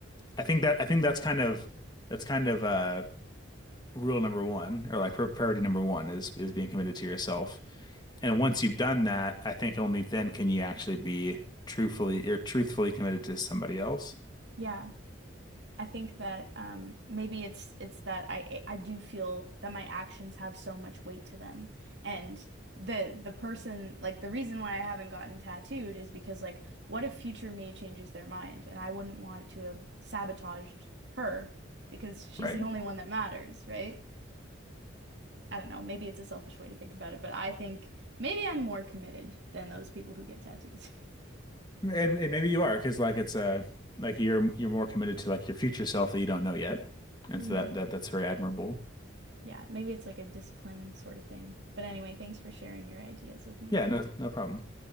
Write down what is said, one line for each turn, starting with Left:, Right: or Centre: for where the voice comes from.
Left: I think that I think that's kind of that's kind of uh, rule number one or like pri- priority number one is is being committed to yourself. And once you've done that, I think only then can you actually be truthfully or truthfully committed to somebody else.
Right: Yeah. I think that um, maybe it's it's that I I do feel that my actions have so much weight to them, and the the person like the reason why I haven't gotten tattooed is because like what if future me changes their mind and I wouldn't want to have sabotaged her because she's
Left: Right.
Right: the only one that matters, right? I don't know, maybe it's a selfish way to think about it, but I think maybe I'm more committed than those people who get tattoos. <laughs>
Left: And, and maybe you are because like it's a like you're you're more committed to like your future self that you don't know yet. And
Right: Mm.
Left: so that that that's very admirable.
Right: Yeah, maybe it's like a discipline sort of thing. But anyway, thanks for sharing your ideas with me.
Left: Yeah, no no problem.